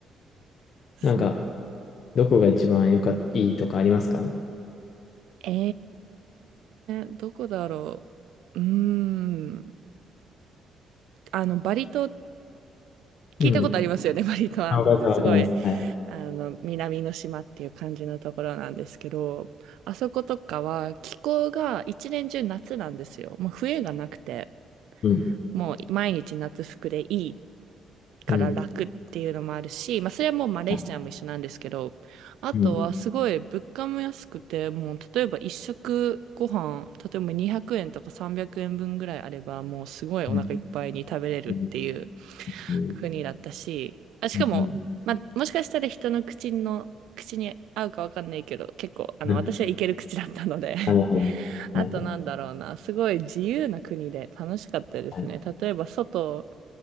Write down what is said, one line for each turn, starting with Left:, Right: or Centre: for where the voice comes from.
Right: そう。
Left: なんか、どこが一番良かっいいとかありますか
Right: えー、どこだろう。うーん。あの、バリ島、聞いたことありますよね。
Left: うん。
Right: バリ島。
Left: あ、
Right: あの、
Left: わかります、
Right: すごい、
Left: わかります。はい。
Right: あの、南の島っていう感じのところなんですけど、あそことかは気候が一年中夏なんですよ。もう冬がなくて、
Left: うん。
Right: もう毎日夏服でいいから楽っていうのもあるし、
Left: うん。
Right: まあ、それはもうマレーシアも一緒なんですけど、
Left: あ
Right: あとはすごい物価も安くて、
Left: うん。
Right: もう例えば一食ご飯、例えば200円とか300円分ぐらいあれば、もうすごいお腹いっぱいに食べれるっていう
Left: うん。うん。うん。
Right: 国だったし、あ、しかも、
Left: うん。
Right: まあ、もしかしたら人の口の、口に合うかわかんないけど、結構、あの、
Left: うん。
Right: 私はいける口だったので <laughs>
Left: なるほど。
Right: あとなんだろうな、
Left: なるほど。
Right: すごい自由な国で楽しかったですね。
Left: はい。
Right: 例えば外、